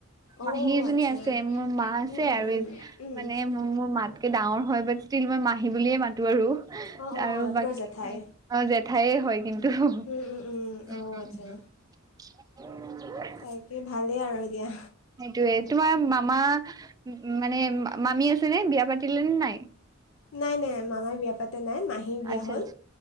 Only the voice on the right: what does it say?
মাহীজনী
আছে, মোৰ মা আছে
আৰু
মানে মো-মোৰ মাত তকে ডাঙৰ হয় বাট ষ্টিল মই মাহী বুলিয়ে মাতো আৰু,
আৰু
বাকী
অ জেঠাইে হয় কিন্তু উ
উ
উ <unintelligible>
সেইটোৱে তোমাৰ মামা মানে মামী আছেনে বিয়া পাতিলেনে নাই
আচ্ছা